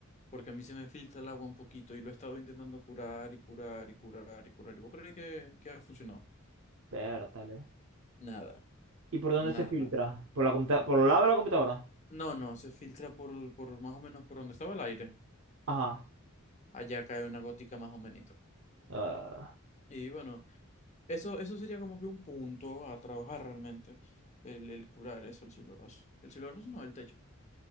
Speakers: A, on the left; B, on the right.
A: porque a mí se me filtra el agua un poquito y lo he estado intentando curar y curar y curar y curar. ¿Y vos crees que, que ha funcionado?
B: vértale.
A: Nada,
B: ¿Y por dónde
A: nada.
B: se filtra? ¿Por la computa- por el lado de la computadora?
A: No, no, se filtra por, por más o menos por donde estaba el aire.
B: Ajá.
A: Allá cae una gótica más o menos.
B: ah,
A: Y bueno, eso, eso sería como que un punto a trabajar realmente, el, el curar eso, el cielo raso. El cielo raso no, el techo.